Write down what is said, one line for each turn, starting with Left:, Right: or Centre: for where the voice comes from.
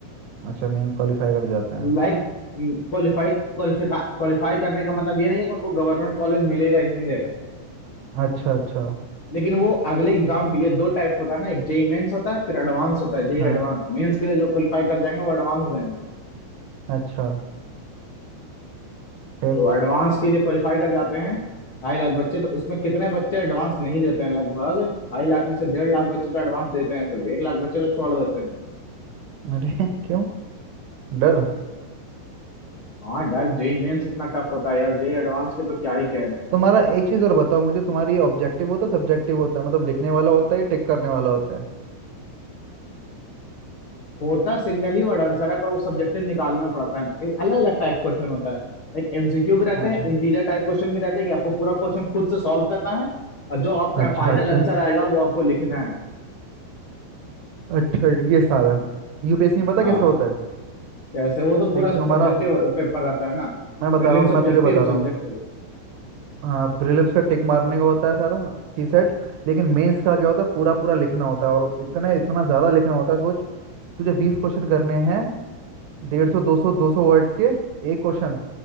Right: अच्छा मेंस क्वालिफाई कर जाते हैं
Left: लाइक क्वालिफाई क्वालिफाई क्वालिफाई करने का मतलब ये नहीं है कि उनको गवर्नमेंट कॉलेज मिलेगा ही मिलेगा
Right: अच्छा अच्छा
Left: लेकिन वो अगले एग्जाम के लिए दो टाइप होता है ना एक जेई मेंस होता है फिर एडवांस होता है जेई
Right: हाँ
Left: एडवांस मेंस के लिए जो क्वालिफाई कर जाएंगे वो एडवांस देंगे
Right: अच्छा फिर
Left: तो एडवांस के लिए क्वालिफाई कर जाते हैं ढाई लाख बच्चे तो उसमें कितने बच्चे एडवांस नहीं देते हैं लगभग ढाई लाख में से डेढ़ लाख बच्चे तो एडवांस देते हैं सिर्फ एक लाख बच्चे तो छोड़ देते हैं
Right: अरे <laughs> क्यों डर
Left: हाँ डर जेई मेंस इतना टफ होता है यार जेई एडवांस के तो क्या ही कहने
Right: तुम्हारा एक चीज़ और बताओ मुझे तुम्हारी ये ऑब्जेक्टिव होता है सब्जेक्टिव होता है मतलब लिखने वाला होता है या टिक करने वाला होता है
Left: होता सिंगल ही वर्ड आंसर है पर वो सब्जेक्टिव निकालना पड़ता है अलग अलग टाइप क्वेश्चन होता है एक एमसीक्यू भी रहते
Right: अच्छा
Left: हैं इंटीजर टाइप क्वेश्चन भी रहते हैं कि आपको पूरा क्वेश्चन खुद से सॉल्व करना है और जो आपका
Right: अच्छा
Left: फाइनल
Right: अच्छा
Left: आंसर आएगा वो आपको लिखना है
Right: अच्छा ये साल है यूपीएससी में पता
Left: हाँ
Right: कैसे होता है
Left: कैसे वो तो पूरा
Right: देख जो हमारा
Left: सब्जेक्टिव पेपर रहता है ना
Right: मैं बता
Left: Prelim
Right: रहा हूँ
Left: subjective
Right: मैं तुझे बता रहा
Left: subjective
Right: हूँ हाँ प्रीलिम्स का टिक मारने का होता है सारा सी सेट लेकिन मेंस का क्या होता है पूरा पूरा लिखना होता है और इतना इतना ज़्यादा लिखना होता है सोच तुझे बीस क्वेश्चन करने हैं डेढ़ सौ दो सौ दो सौ वर्ड्स के एक क्वेश्चन